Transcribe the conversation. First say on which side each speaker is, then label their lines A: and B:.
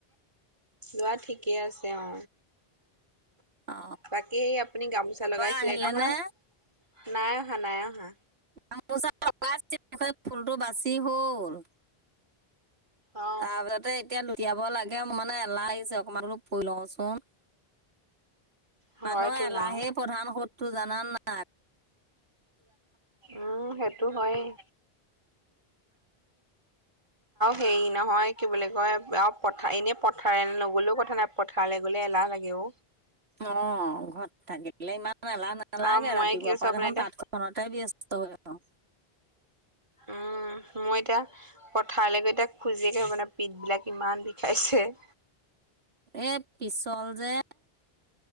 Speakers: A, on the right; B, on the right.
A: লোৱা ঠিকে আছে অ
B: অ
A: বাকী আপুনি গামোচা
B: বাবা
A: লগাইছিলে
B: আহিলে
A: নহয়
B: নে
A: নাই অহা নাই অহা
B: আামোচা অকাকৈ ফুলটো বাচি হল
A: অ
B: তাৰপাছতে এতিয়া উৰিিয়াব লাগে মানে এলাহ আহিছে অকনমান অলপ ফুৰি লওঁচোন
A: হয়তো
B: মানুহ এলাহে
A: নাও
B: প্ৰধান সধটোো জান নাই
A: উম সেইটো হয়েই আৰু হেৰি নহয় কি বুলিো কয় আৰু পথাৰ এনে পথাৰ নগলেও কথা নাই পথাৰলৈ গ'লে খেলাহ লাগেও
B: অ ঘৰত থাকে ব ইমান এলাহ নেলাগে
A: আৰু মই
B: ৰাতিপুৱাৰ
A: কি কৈছো
B: পৰা
A: আপোনাৰ
B: দেখোন
A: এতিয়া
B: তাঁতখনতে ব্যস্ত হৈ আহো
A: উম উ মই এতিয়া পথাৰলৈ গৈ এতিয়া খোজিয়োকে আহিবানে পিঠ বিলাক ইমান বিষাইছে <inaudible>
B: এই পিছল যে